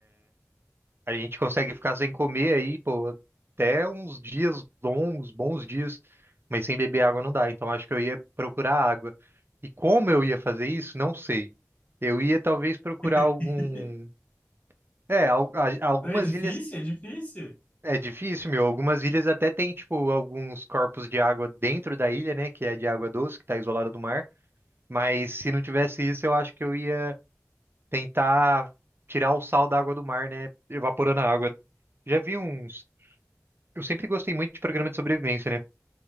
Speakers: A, on the right; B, on the left.
A: A gente consegue ficar sem comer aí, pô, até uns dias longos, bons dias, mas sem beber água não dá. Então acho que eu ia procurar água. E como eu ia fazer isso, não sei. Eu ia talvez procurar
B: <laughs>
A: algum. É, al- a- algumas
B: É difícil,
A: ilhas.
B: é difícil.
A: É difícil, meu. Algumas ilhas até tem, tipo, alguns corpos de água dentro da ilha, né? Que é de água doce, que tá isolada do mar. Mas se não tivesse isso, eu acho que eu ia. tentar tirar o sal da água do mar, né? Evaporando a água. Já vi uns. Eu sempre gostei muito de programa de sobrevivência, né?